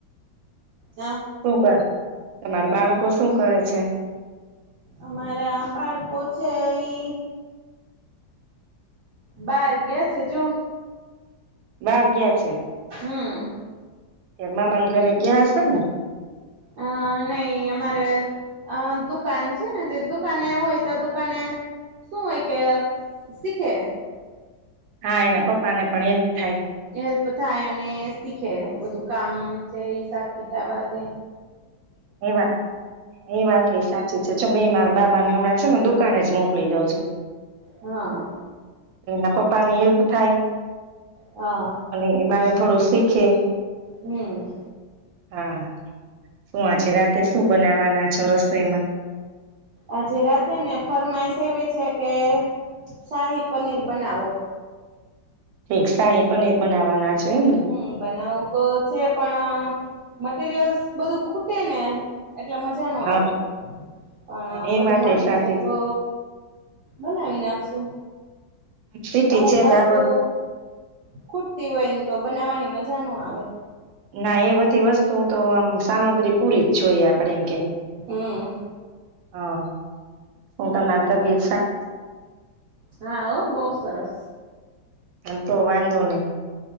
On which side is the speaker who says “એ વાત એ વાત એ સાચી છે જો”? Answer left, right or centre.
Right